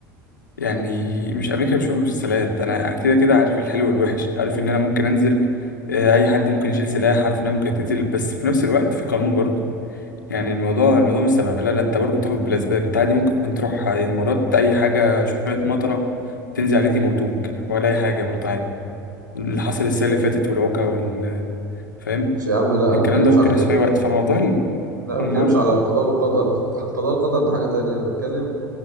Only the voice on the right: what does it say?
ماشي يا عم لا
انا ما بتكلمش
على كده
لا
ما بتكلمش على قضاء وقدر <laughs> قضاء وقدر ده حاجه تانية انا بتكلم